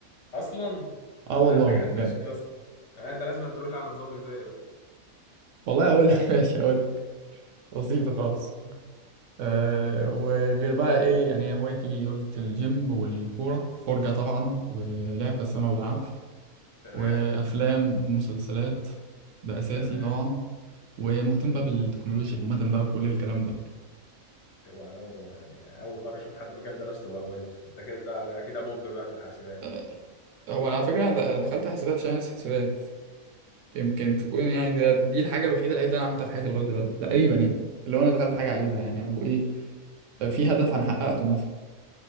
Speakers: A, on the left; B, on the right.
A: اصلا
B: اه والله
A: لا انت جامد
B: بجد
A: فشخ يا اسطى يعني انت لازم تقول لي على نظام غذائي بقى
B: والله اقول <laughs> ماشي اقول بسيطه خالص أه
A: مفيش مشاكل
B: وغير بقى ايه يعني هوايتي قلت الجيم والكوره فرجه طبعا ولعب بس انا ما بلعبش
A: تمام
B: وافلام ومسلسلات ده اساسي
A: تمام
B: طبعا ومهتم بقى بالتكنولوجيا عامه بقى وكل الكلام ده
A: اوعى يابا يعني اول مره اشوف حد مجال دراسته وهوايته انت كده على كده بوب بقى في الحاسبات
B: آه، هو على فكرة أنا د- دخلت حسابات عشان عايز حسابات يمكن تكون يعني ده- دي الحاجة الوحيدة العيب اللي أنا عملتها في حياتي لغاية دلوقتي تقريبا يعني اللي هو أنا دخلت حاجة عايزها يعني أو إيه في هدف انا حققته مثلا